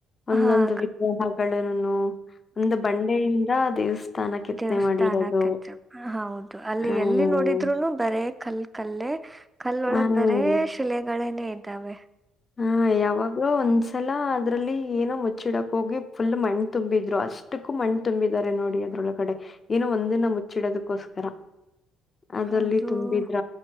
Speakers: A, on the left; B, on the right.
A: ಒಂದೊಂದು
B: ಹಾ ಕ-
A: ಗ್ರಹಗಳನು ಒಂದು ಬಂಡೆಯಿಂದ ದೇವಸ್ಥಾನ ಕೆತ್ತನೆ
B: ದೇವಸ್ಥಾನ
A: ಮಾಡಿರೋದು.
B: ಕತ್ ಹೌದು ಅಲ್ಲಿ
A: ಹ್ಮ್,
B: ಎಲ್ಲಿ ನೋಡಿದ್ರುನು ಬರೇ ಕಲ್ ಕಲ್ಲೇ ಕಲ್ಲೊಳಗ್
A: ಹ್ಮ್.
B: ಬರೇ ಶಿಲೆಗಳೇನೆೇ ಇದ್ದಾವೆ
A: ಹ ಯಾವಾಗ ಒಂದ್ಸಲ ಅದ್ರಲ್ಲಿ ಏನೋ ಮುಚ್ಚಿಡಕ್ ಹೋಗಿ ಫುಲ್ ಮಣ್ಣು ತುಂಬಿದ್ರು ಅಷ್ಟ ಮಷ್ಟಕ್ಕೂ ಮಣ್ಣ್ ತುಂಬಿದ್ದಾರೆ ನೋಡಿ ಅದ್ರೊಳಗಡೆ ಏನೋ ಒಂದಿನ ಮುಚ್ಚಿಡೋದಕ್ಕೋಸ್ಕರ ಅದಲ್ಲಿ
B: ಅದು
A: ತುಂಬಿದ್ರ